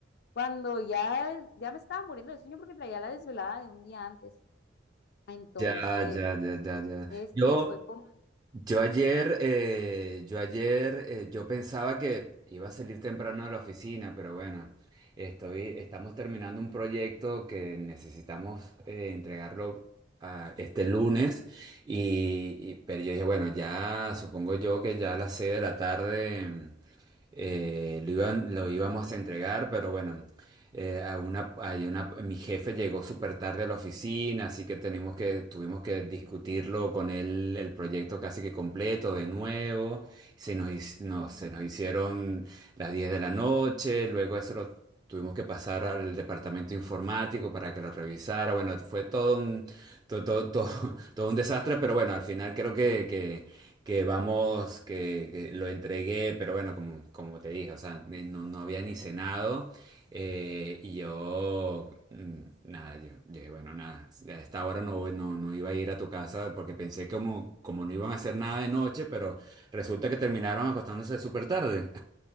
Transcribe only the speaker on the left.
cuando ya, ya me estaba muriendo de sueño porque traía la desvelada de un día antes. Entonces
este
fue como,